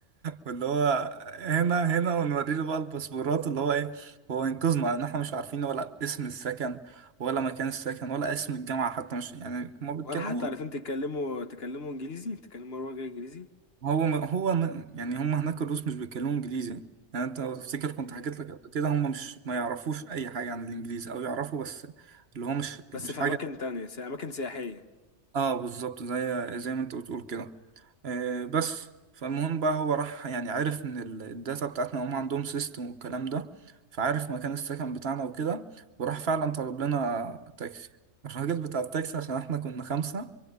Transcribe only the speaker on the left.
ولا حتى
عارفين تتكلموا تتكلموا انجليزي تتكلموا لغة انجليزي
مم.
بس
في
اماكن تانية س- اماكن سياحية